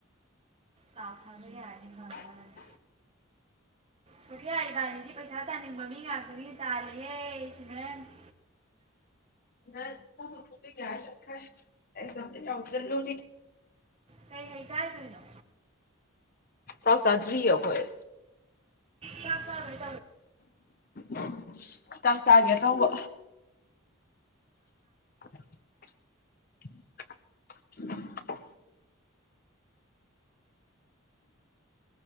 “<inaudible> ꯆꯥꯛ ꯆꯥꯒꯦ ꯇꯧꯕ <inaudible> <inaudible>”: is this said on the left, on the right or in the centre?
Left